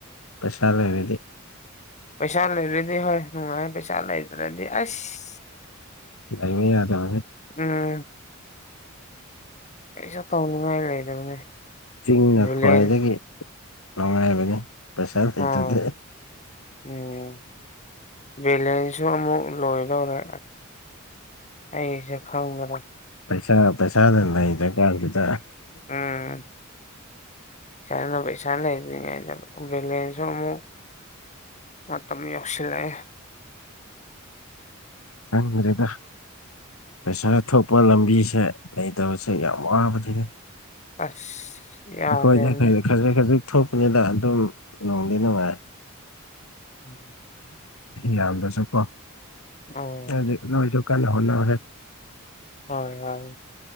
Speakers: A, on the left; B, on the left.
A: ꯄꯩꯁꯥ ꯂꯩꯔꯗꯤ
B: ꯄꯩꯁꯥ ꯂꯩꯔꯗꯤ ꯍꯣꯏ ꯅꯨꯡꯉꯥꯏ ꯄꯩꯁꯥ ꯂꯩꯇ꯭ꯔꯗꯤ ꯑꯁ
A: ꯂꯩꯕ ꯌꯥꯗꯕꯅꯤ
B: ꯎꯝ ꯀꯩꯁꯨ ꯇꯧꯅꯤꯡꯉꯥꯏ ꯂꯩꯗꯕꯅꯦ
A: ꯆꯤꯡꯅ
B: ꯕꯦꯂꯦꯟꯁ
A: ꯈ꯭ꯋꯥꯏꯗꯒꯤ ꯅꯨꯡꯉꯥꯏꯕꯅꯤ ꯄꯩꯁꯥ ꯂꯩꯇꯔꯗꯤ
B: ꯑꯥ ꯎꯝ ꯕꯦꯂꯦꯁ ꯁꯨ ꯑꯃꯨꯛ ꯂꯣꯏꯗꯧꯔꯦ ꯑꯩꯁꯦ ꯈꯪꯗꯔꯦ
A: ꯄꯩꯁꯥ ꯄꯩꯁꯥꯅ ꯅꯩꯔꯀꯥꯟꯁꯤꯗ
B: ꯎꯝ ꯄꯩꯁꯥꯅ ꯄꯩꯁꯥ ꯂꯩꯗ꯭ꯔꯤꯉꯩꯗ ꯕꯦꯂꯦꯟꯁꯁꯨ ꯑꯃꯨꯛ ꯃꯇꯝ ꯌꯧꯁꯤꯜꯂꯛꯑꯦ
A: ꯈꯪꯗꯔꯦꯗ ꯄꯩꯁꯥ ꯊꯣꯛꯄ ꯂꯝꯕꯤꯁꯦ ꯂꯩꯇꯕꯁꯦ ꯌꯥꯝ ꯋꯥꯕꯅꯤꯅꯦ
B: ꯑꯁ ꯌꯥꯗꯕꯅꯤ
A: ꯑꯩꯈꯣꯏꯅ ꯈꯖꯤꯛ ꯈꯖꯤꯛ ꯊꯣꯛꯄꯅꯤꯅ ꯑꯗꯨꯝ ꯅꯣꯡꯗꯤ ꯅꯨꯡꯉꯥꯏ
B: ꯎꯝꯝ
A: ꯌꯥꯝꯗ꯭ꯔꯥꯁꯨꯀꯣ
B: ꯑꯣ
A: ꯍꯥꯏꯗꯤ ꯅꯣꯏꯁꯨ ꯀꯟꯅ ꯍꯣꯠꯅꯧ ꯍꯦ
B: ꯍꯣꯏ ꯍꯣꯏ